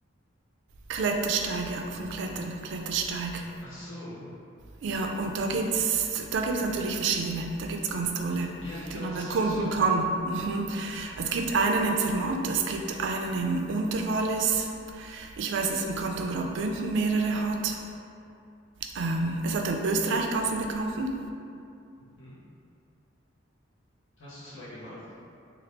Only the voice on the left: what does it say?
Ach so.
Ja, genau
das
wollte ich machen.
Mhm. Hast du es mal gemacht?